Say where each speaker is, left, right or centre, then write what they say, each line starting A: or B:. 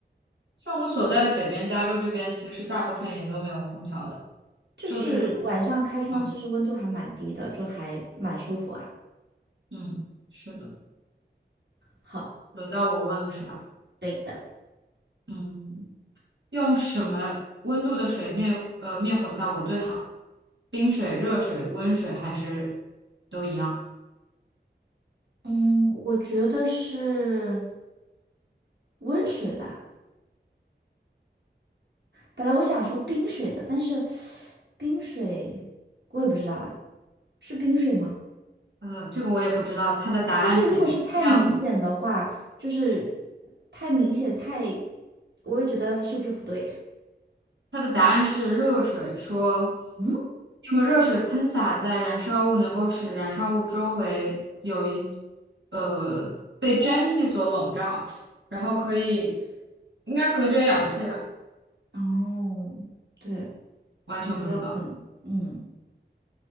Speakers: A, on the right; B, on the right.
A: 像我所在的北边加州这边，其实大部分也都没有空调的，
B: 就是晚上开窗，
A: 就是嗯
B: 其实温度还蛮低的，就还蛮舒服啊。
A: 嗯，是的。
B: 好，
A: 轮到我问了是吧？
B: 对的，
A: 嗯。用什么温度的水灭呃灭火效果最好？冰水、热水、温水还是都一样？
B: 嗯，我觉得是温水吧。本来我想说冰水的，但是冰水我也不知道哎，是冰水吗？
A: 呃，这个我也不知道。它的答案解释是这样的，
B: 但是如果是太明显的话，就是太明显太，我又觉得是不是不对？
A: 它的答案是热水，说
B: 嗯。
A: 因为热水喷洒在燃烧物，能够使燃烧物周围有一呃被蒸汽所笼罩，然后可以应该隔绝氧气吧？
B: 哦，对，
A: 完全不知道。
B: 也有可能，嗯，